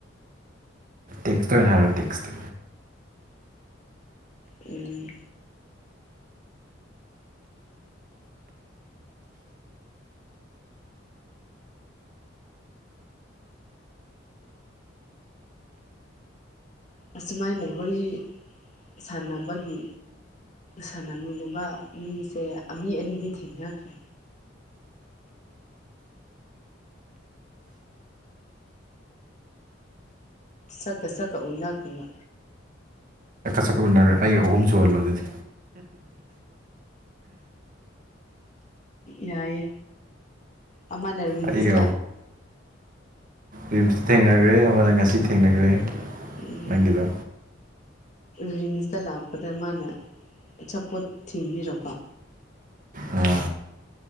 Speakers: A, on the right (about 45°); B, on the left (about 40°).
A: ꯇꯦꯛꯁꯇ ꯑꯣꯏꯅ ꯍꯥꯏꯔꯣ ꯇꯦꯛꯁꯇ
B: ꯎꯝ ꯑꯁꯨꯃꯥꯏꯅ ꯋꯥꯔꯤ ꯁꯥꯟꯅꯕꯒꯤ ꯁꯥꯟꯅꯃꯤꯟꯅꯕ ꯃꯤꯁꯦ ꯃꯤ ꯑꯅꯤꯗꯤ ꯊꯦꯡꯅꯈ꯭ꯔꯦ ꯁꯛꯀ ꯁꯛꯀ ꯎꯅꯈꯔꯦꯕꯥ
A: ꯆꯛ ꯎꯟꯅꯔꯦ ꯑꯩꯒ ꯑꯍꯨꯝ ꯁꯨꯍꯜꯂꯣ ꯑꯗꯨꯗꯤ
B: ꯌꯥꯏꯌꯦ ꯑꯃꯅ ꯔꯤꯝꯁꯇ
A: ꯑꯩꯒ ꯔꯤꯝꯁ ꯊꯦꯡꯅꯈ꯭ꯔꯦ ꯑꯃꯅ ꯉꯁꯤ ꯊꯦꯡꯅꯈ꯭ꯔꯦ
B: ꯎꯝ
A: ꯅꯪꯒꯤꯗꯣ
B: ꯔꯤꯝꯁꯇ ꯂꯥꯛꯄꯗ ꯃꯥꯅ ꯑꯆꯥꯄꯣꯠ ꯊꯤꯟꯕꯤꯔꯛꯄ
A: ꯑꯝ